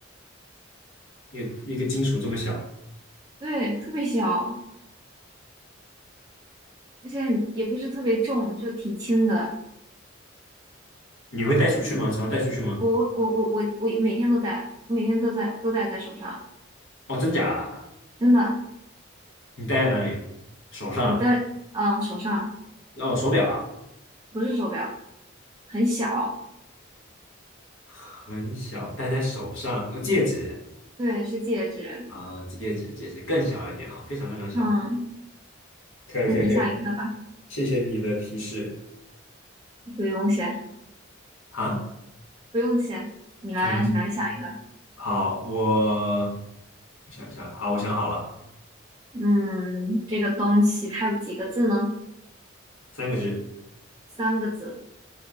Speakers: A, on the left; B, on the right.
A: 一个一个金属这么小，
B: 对，特别小，而且很也不是特别重，就挺轻的。
A: 你会带出去吗？常带出去吗？
B: 我我我我我每天都戴，每天都在都戴在手上，
A: 哦，真假啊？
B: 真的，
A: 你戴在哪里？手上？
B: 我戴，嗯，手上
A: 哦，手表啊？
B: 不是手表，很小，
A: 很小，戴在手上，哦戒指
B: 对，是戒指。
A: 啊，戒指，戒指更小一点啊，非常非常小
B: 嗯，
A: 可以可以可以，
B: 那你想一个吧，
A: 谢谢你的提示。
B: 不用谢，
A: 啊，
B: 不用谢，你来你来想一个。
A: 没问题。好，我我想一下，好，我想好了，
B: 嗯，这个东西它有几个字呢？
A: 三个字，
B: 三个字。